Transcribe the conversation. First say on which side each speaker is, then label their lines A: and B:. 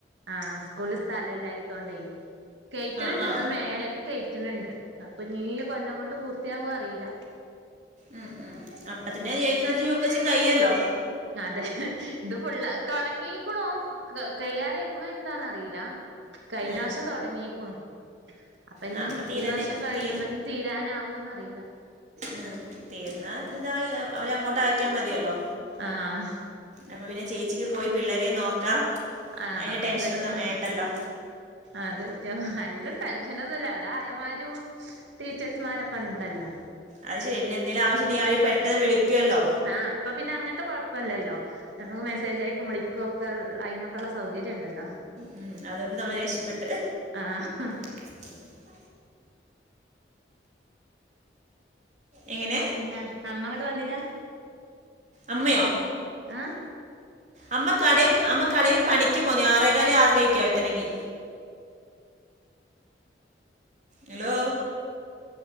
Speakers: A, on the right (about 90°); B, on the right (about 40°).
A: ആഹ് ഈ സ്കൂള്ല് സ്ഥലം ഇല്ലാത്തോണ്ടേ. കെയ്റ്റ്ണ്
B: ആ
A: ഇണ്ട്
B: ആ
A: ഇപ്പ മേലക്ക് കെയ്റ്റ്ണ് ഇണ്ട് അപ്പനി കൊല്ലം കൊണ്ട് പൂർത്യാവോന് അറീല. <inaudible>
B: ഉം ഉം അപ്പ തന്നെ ഏയ്ക്കെജി, യുകേജി, കയ്യല്ലോ
A: അതെ ഇത് ഫുള്ളാ അത് തൊടങ്ങീക്കുണൂ ക കയ്യാനയിക്ക്ണോ എന്താന്നറിയില. കഴിഞ്ഞാസം
B: ആ
A: തൊടങ്ങീക്കുണു. അപ്പൊ ഇനി
B: ആ തീരനെ
A: ഈ വർഷം കഴിയുമ്പക്ക്ന്
B: തീ
A: തീരാനാവോന്നറിയില്ല.
B: ഉം തീർന്ന ഇതായി അവരെ അങ്ങോട്ട് ആക്കിയാമതിയല്ലോ.
A: ആഹ്
B: അപ്പൊ പിന്നെ ചേച്ചിക്ക് പോയി പിള്ളേരേം നോക്കാം
A: ആഹ്
B: അയിന്റെ
A: ആഹ്
B: ടെൻഷനൊന്നും
A: അത് പറ്റും
B: വേണ്ടല്ലോ.
A: അത് പറ്റോ അല്ലാം ടെൻഷനൊന്നുംഇല്ല അവടെ ആയമാരും ടീച്ചേഴ്സ്മാരൊക്കെണ്ടല്ലോ.
B: അത് ശരിയാ പിന്നെ എന്തേലും ആവശ്യുണ്ടങ്കി അവര് പെട്ടെന്ന് വിളിക്കോല്ലോ.
A: ആഹ് അപ്പ പിന്നെ അങ്ങനത്തെ കൊഴപ്പല്ലല്ലോ. നമ്മക്ക് മെസ്സേജ് അയക്കും വിളിക്കൊക്കെ അയിനൊക്കെള്ളെ സൗകര്യംണ്ടല്ലോ.
B: ഉം അതൊണ്ട് നമ്മള് രക്ഷപ്പെട്ട്.
A: ആഹ്.
B: <inaudible> എങ്ങനെ?
A: പിന്നെ അമ്മ അങ്ങട്ട് വന്നിലാ
B: അമ്മയോ
A: ആഹ്
B: അമ്മ കടേ അമ്മ കടയ്ല് പണിക്ക് പോവുന്നെയാ ആറേകാല് ആറരെക്കാ എത്തണങ്ങി hello